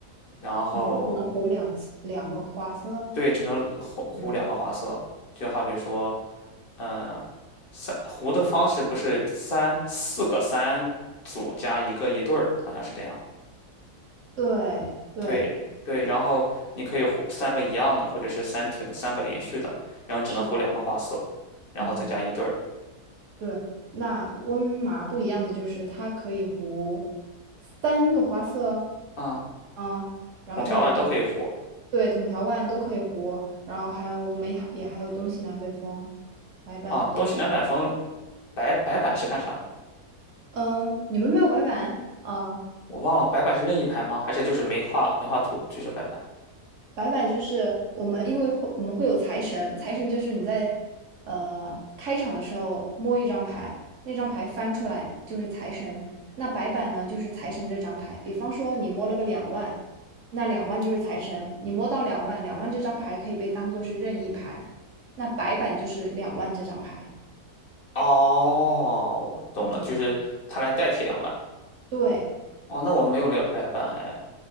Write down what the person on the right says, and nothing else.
你就只能胡两两个花色。
嗯
对对，
是的。
嗯。对，那温麻不一样的就是它可以糊三个花色，
嗯，然后我们
对筒条腕都可以糊，然后还有我们也还也还有东西南北风，白板都可以。
嗯，你们没有白板？啊
白板就是我们，因为会我们会有财神，财神就是你在呃开场的时候摸一张牌，那张牌翻出来就是财神。那白板呢，就是财神这张牌。比方说你摸了个两万，那两万就是财神。你摸到两万，两万这张牌可以被当做是任意牌，那白板就是两万这张牌。
嗯，
对，